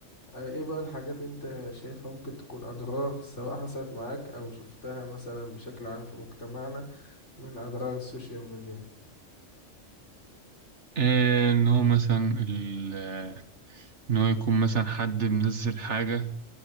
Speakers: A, on the left (about 65°); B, on the right (about 65°).
A: آه، إيه بقى الحاجات أنت شايفها ممكن تكون أضرار سواء حصلت معاك أو شفتها مثلا بشكل عام في مجتمعنا من أضرار السوشيال ميديا
B: آه، ان هو مثلا ال... آه، ان هو يكون مثلا حد منزل حاجة